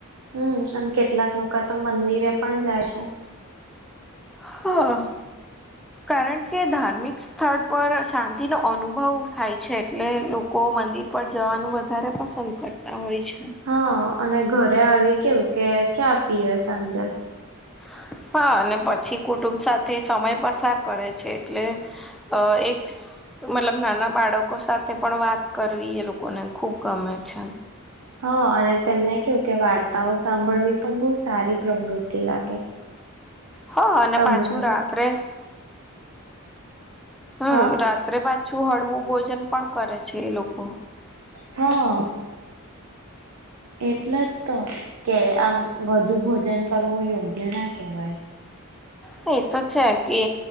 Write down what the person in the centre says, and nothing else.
હા કારણ કે ધાર્મિક સ્થળ પર શાંતિનોો અનુભવ થાય છે એટલે લોકો મંદિર પર જવાનું વધારે પસંદ કરતા હોય છે
હ હા અને પછી કુટુંબ સાથે સમય પસાર કરે છે એટલે અ એક મતલબ નાના બાળકો સાથે પણ વાત કરવી એ લોકોને ખુબ ગમે છે
હ અને
પાછું રાત્રે હમ
રાત્રે પાછું હળવું ભોજન પણ કરે છે એ લોકો
હ એ તો છે કે